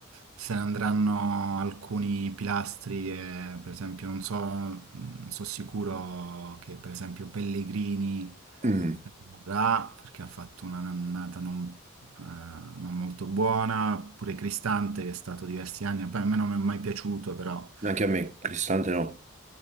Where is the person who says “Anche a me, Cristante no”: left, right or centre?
Right